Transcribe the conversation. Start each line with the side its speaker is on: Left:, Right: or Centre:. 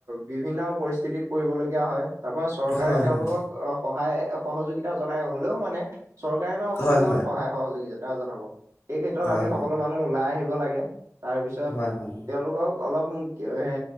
Right: বিভিন্ন পৰিস্থিতিত পৰিবলগীয়া হয় তাৰ পৰা চৰকাৰে
Left: হয়
Right: তেওঁলোকক
Left: হয়
Right: অ সহায় সহযোগিতা জনাই হলেও মানে। চৰকাৰে নো অকলে
Left: হয়
Right: কিমান
Left: হয়
Right: সহায় সহযোগিতা জনাব, এই ক্ষেত্ৰত
Left: হয়
Right: আমি সকলো মানুহ ওলাই আহিব লাগে, তাৰ পিছত
Left: হয় হয় হয়
Right: তেওঁলোকক অলপ এ